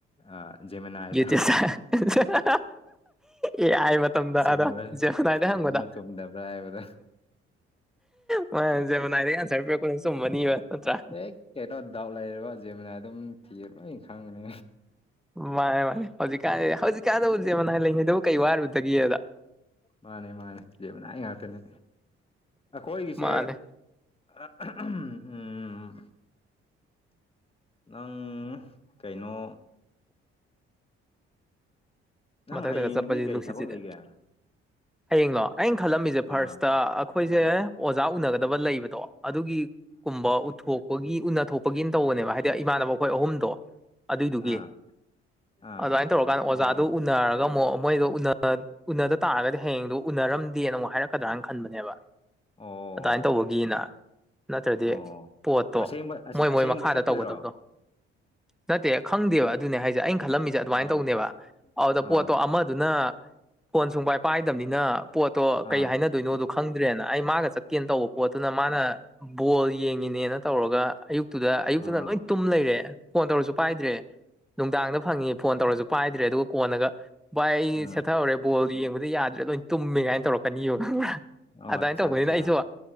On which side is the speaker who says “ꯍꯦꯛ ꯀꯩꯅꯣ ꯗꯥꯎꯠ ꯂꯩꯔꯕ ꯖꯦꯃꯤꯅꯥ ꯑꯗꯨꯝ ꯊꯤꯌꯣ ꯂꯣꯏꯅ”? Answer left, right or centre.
Left